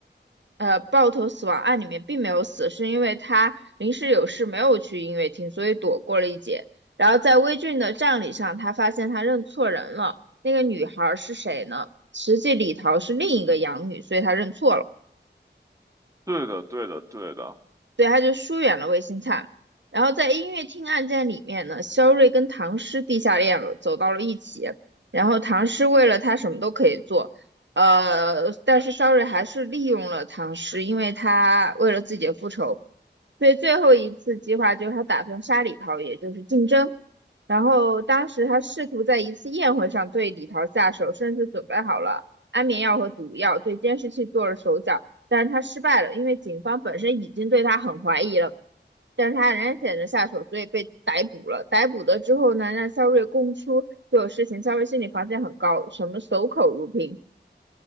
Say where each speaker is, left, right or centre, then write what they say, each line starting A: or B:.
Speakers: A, on the right; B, on the right.
A: 呃爆头死亡案里面并没有死，是因为他临时有事没有去音乐厅，所以躲过了一劫。然后在魏俊的葬礼上，他发现他认错人了，那个女孩是谁呢？实际李桃是另一个养女，所以他认错了。
B: 对的，对的，对的，
A: 所以他就疏远了魏新灿。然后在音乐厅案件里面呢，肖瑞跟唐诗地下恋了，走到了一起。然后唐诗为了他什么都可以做，呃，但是肖瑞还是利用了唐诗，因为他为了自己的复仇。所以最后一次计划就是他打算杀李桃，也就是竞争。然后当时他试图在一次宴会上对李桃下手，甚至准备好了安眠药和毒药，对监视器做了手脚。但是他失败了，因为警方本身已经对他很怀疑了，但是他仍然选择下手，所以被逮捕了。逮捕了之后呢，让肖瑞供出所有事情，肖瑞心理防线很高，什么守口如瓶，